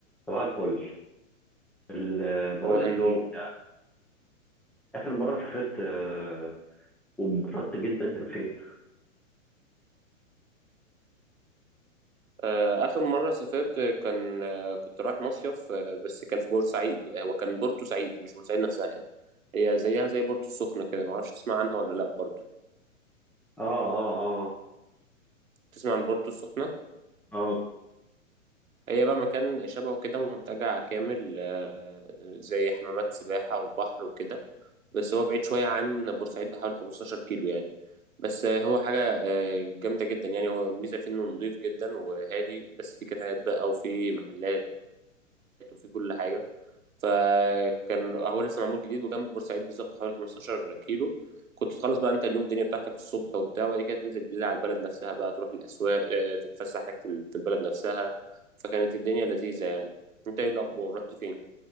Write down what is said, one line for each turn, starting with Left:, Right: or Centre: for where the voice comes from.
Centre: صباح الفل ال- بقول
Right: صباح
Centre: لك
Right: النور
Centre: ايه انت اخر مره سافرت آه، وانبسطت جدا كان فين
Right: آه، آخر مرة سافرت كان آه، كنت رايح مصيف آه، بس كان في بورسعيد آه، وكان بورتو سعيد مش بورسعيد نفسها يعني هي زيها زي بورتو السخنة كده معرفش تسمع عنها ولا لأ برضو
Centre: اه اه اه
Right: تسمع عن بورتو السخنة
Centre: اه
Right: هي بقى مكان شبهه كده منتجع كامل آه، زي حمامات سباحة وبحر وكده بس هو بعيد شوية عن بورسعيد بحوالي 15 كيلو يعني بس آه، هو حاجة آه، جامدة جدا يعني هو الميزة فيه إنه نضيف جدا وهادي بس فيه كافيهات بقى وفيه محلات وفيه كل حاجة فكان هو لسه معمول جديد وجنب بورسعيد بالظبط حوالي 15 كيلو كنت تخلص بقى انت اليوم الدنيا بتاعتك الصبح وبتاع وبعد كده تنزل بالليل على البلد نفسها بقى تروح الاسواق آه، تتفسح لك في ال- في البلد نفسها فكانت الدنيا لذيذة يعني انت ايه الاخبار رحت فين